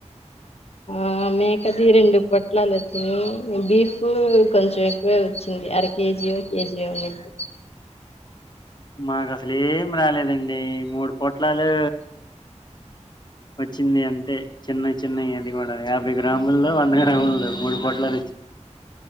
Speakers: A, on the left; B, on the left.
A: ఆ మేకది రెండు పొట్లాలొచ్చినాయి బీఫ్ కొంచెం ఎక్కువే వచ్చింది అర కేజీయో కేజీయో ఉన్నిద్ది
B: మాకసలు ఏం రాలేదండి మూడు పొట్లాలే వచ్చింది అంతే చిన్నై చిన్నయి అది కూడా యాభై గ్రాముల్లో వంద గ్రాముల్లో మూడు పొట్లాలు వచ్చినాయి